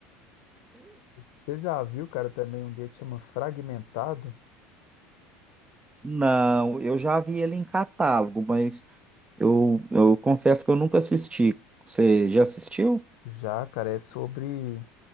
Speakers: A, on the left; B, on the right.
A: Você já viu, cara, também um dele que chama Fragmentado?
B: Não, eu já vi ele em catálogo, mas eu, eu confesso que eu nunca assisti. Você já assistiu?
A: Já, cara, é sobre